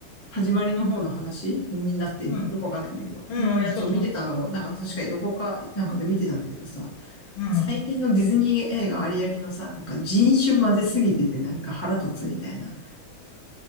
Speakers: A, on the left; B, on the left.
A: 始まりの方の話になってんのよくわかんないんだけど。
B: うん。うんうん、
A: のやつを見てたのを、
B: そうそうそうそうそ
A: なんか確か横かなんかで見てたんだけどさ、
B: う。うん。
A: 最近のディズニー映画ありありのさ、なんか人種混ぜすぎててなんか腹立つみたいな、